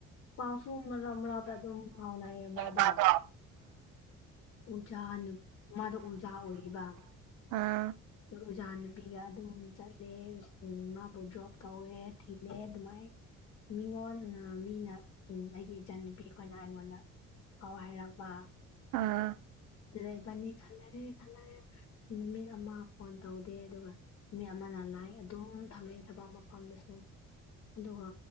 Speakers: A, on the left; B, on the right.
A: ꯄꯥꯎꯁꯁꯨ ꯃꯔ ꯃꯔ ꯑꯗꯨꯝ ꯐꯥꯎꯅꯥ ꯃꯥꯗ
B: ꯃꯥꯗꯣ
A: ꯎꯖꯥ ꯃꯥꯗ ꯑꯣꯖꯥ ꯑꯣꯏꯌꯦꯕ
B: ꯑꯥ
A: ꯑꯣꯖꯥ ꯅꯨꯄꯤꯒ ꯑꯗꯨꯝ ꯆꯠꯂꯦ ꯃꯥꯕꯨ ꯗ꯭ꯔꯣꯞ ꯇꯧꯋꯦ ꯊꯤꯜꯂꯦ ꯑꯗꯨꯃꯥꯏꯅ ꯃꯤꯉꯣꯟ ꯃꯤꯅ ꯎꯝ ꯑꯩꯒꯤ ꯏꯆꯟ ꯅꯨꯄꯤ ꯑꯩꯈꯣꯏꯅ ꯑꯩꯉꯣꯟꯗ ꯀꯥꯎ ꯍꯥꯏꯔꯛꯄ
B: ꯑꯥ
A: ꯂꯩꯕꯅꯤ ꯈꯟꯅꯔꯦ ꯈꯟꯅꯔꯦ ꯅꯨꯃꯤꯠ ꯑꯃ ꯐꯣꯟ ꯇꯧꯗꯦ ꯑꯗꯨꯒ ꯃꯤ ꯑꯃꯅ ꯂꯥꯏ ꯑꯗꯨꯝ ꯊꯝꯃꯛꯑꯦ ꯊꯕꯛ ꯃꯐꯝꯗꯁꯨ ꯑꯗꯨꯒ